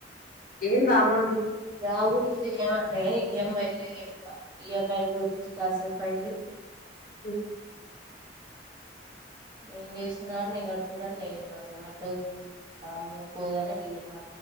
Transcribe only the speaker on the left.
ఏన్ రామా
హ్మ్